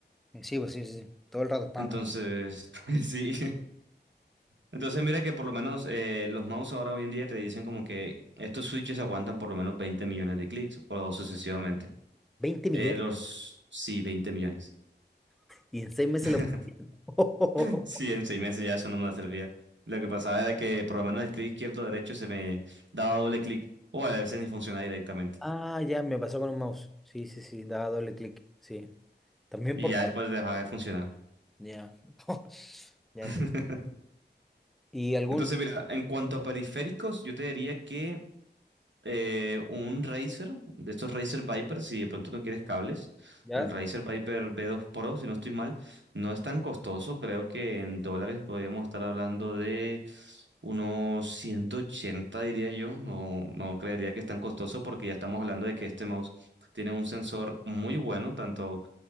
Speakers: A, in the centre; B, on the right.
A: Eh, Sí, pues sí, sí, sí, todo el rato. pa,
B: Entonces,
A: pa, pa.
B: <laughs> sí. Entonces, mira que por lo menos eh, los mouse ahora hoy en día te dicen como que estos switches aguantan por lo menos 20 millones de clics o sucesivamente.
A: 20 millones
B: Eh, los, sí, 20 millones.
A: y en seis meses
B: <laughs>
A: lo... <laughs>
B: Sí, en seis meses ya eso no me servía. Lo que pasaba era que por lo menos el clic izquierdo o derecho se me daba doble clic o a veces ni funcionaba directamente.
A: Ah, ya, me pasó con un mouse. Sí, sí, sí, daba doble clic. Sí. También
B: Y
A: por...
B: ya después dejaba de funcionar.
A: Ya. <laughs> Ya,
B: <laughs>
A: ento- ¿Y algún?
B: Entonces, mira, en cuanto a periféricos, yo te diría que eh, un Razer, de estos Razer Viper, si de pronto no quieres cables,
A: Ya.
B: el Razer Viper V2 Pro, si no estoy mal, no es tan costoso, creo que en dólares podríamos estar hablando de unos 180, diría yo, no, no creería que es tan costoso porque ya estamos hablando de que este mouse tiene un sensor muy bueno, tanto...